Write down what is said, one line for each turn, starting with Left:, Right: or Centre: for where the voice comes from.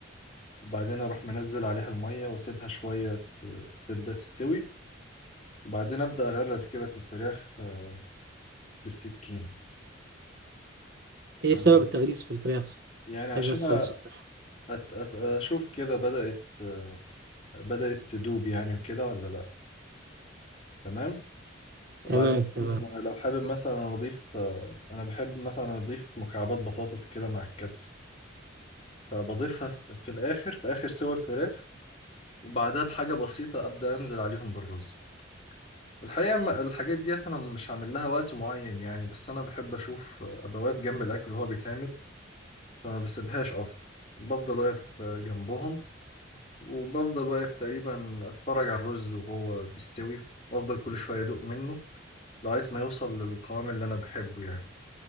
Left: وبعدين اروح منزل عليها الميه واسيبها شويه ت- تبدا تستوي وبعدين ابدا اغرز كده في الفراخ آه، بالسكينه
Right: إيه
Left: آه،
Right: سبب التغليس في الفراخ؟
Left: يعني عشان
Right: عايز أسأل
Left: أ-
Right: سؤال
Left: أت- أت- اشوف كده بدات آه، بدات تدوب يعني وكده ولا لا تمام وبعدين
Right: تمام تمام
Left: لو حابب مثلا اضيف آه، انا بحب مثلا اضيف مكعبات بطاطس كده مع الكبسه فبضيفها في في الآخر في آخر سوى الفراخ وبعدها بحاجة بسيطة أبدأ أنزل عليهم بالرز الحقيقة ما- الحاجات ديت أنا مش عامل لها وقت معين يعني بس أنا بحب أشوف أبقى واقف جنب الأكل وهو بيتعمل فما بسيبهاش أصلا بفضل واقف جنبهم وبفضل واقف تقريبا أتفرج على الرز وهو بيستوي وأفضل كل شوية أدوق منه لغاية ما يوصل للقوام اللي أنا بحبه يعني